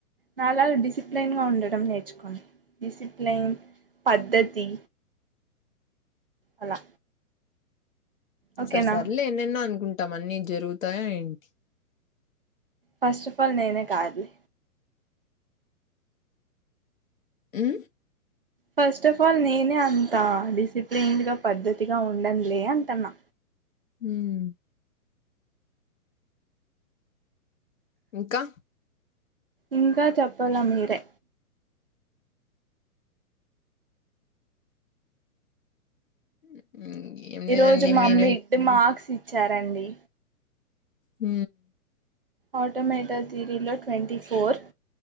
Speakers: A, on the right; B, on the left.
A: నాలాాగా డిసిప్లైన్ గా ఉండడం నేర్చుకోడి డిసిప్లైన్ పద్ధతి అలా ఓకేనా
B: సరే సర్ ఏలేన్నెన్నో అనుకుంటాం అన్నీ జరుగుతాయ ఏంటి
A: ఫస్ట్ ఆఫ్ ఆల్ నేనే కాదులే
B: మ్
A: ఫస్ట్ ఆఫ్ ఆల్ నేనే అంత డిసిప్లిన్డ్గా పద్ధతిగా ఉండనులే అంటన్నా
B: హుమ్ ఇంకా
A: ఇంకా చెప్పాల మీరే
B: <unintelligible> ఏం
A: ఈ
B: లేదండి
A: రోజు మమ్మీ
B: మీరే
A: ఇడ్ మార్క్స్ ఇచ్చారండి.
B: ఉ
A: ఆటోమేటల్ థరీలో ట్వంటీ ఫోర్